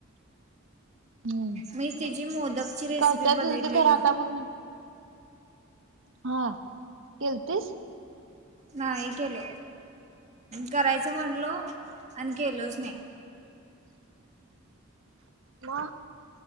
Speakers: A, on the right; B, on the right.
A: हम्म
B: मी तिची मोदकची रेसिपी
A: करत्या
B: बघितलेलो.
A: तिज ती खरं आता म्हणून हा. केलतीस
B: नाही केल. करायचं म्हणलो आणि केलोच नाही.
A: म